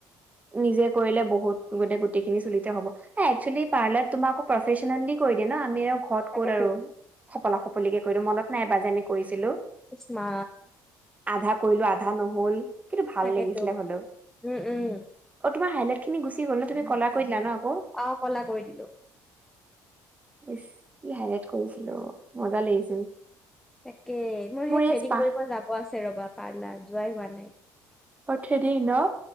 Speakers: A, on the right; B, in the centre.
A: নিজে কৰিলে বহুত গোটে গোটেই খিনি চুলিতে হ'ব। একচুৱেলি পাৰ্লাৰত তোমাৰ আক প্ৰফেচনেলি কৰি দিয় ন আমি আৰু ঘৰত
B: তাকেতো
A: ক'ত আৰু সপলা সপলিকে কৰি দিওঁ মনত নাই এবাৰ যে কৰিছিলো
B: ইছ মা
A: আধা কৰিলো আধা নহল। কিন্ত ভাল
B: তাকেতো
A: লাগিছিলে হলেও।
B: উম উম
A: অ তোমাৰা হাইলাইট গুচি গ'ল ন? তুমি কলা দিলা ন আকৌ?
B: অ কলা কৰি দিলো।
A: ইছ কি হাইলাইট কৰিছিলোঁ মজা লাগিছিল।
B: তাকে মোৰ সেই
A: এই
B: থ্ৰেডিং
A: স্পা
B: কৰিব যাব আছে ৰবা, পাৰ্লাৰ যোৱাই হোৱা নাই।
A: অ থ্ৰেডিং ন?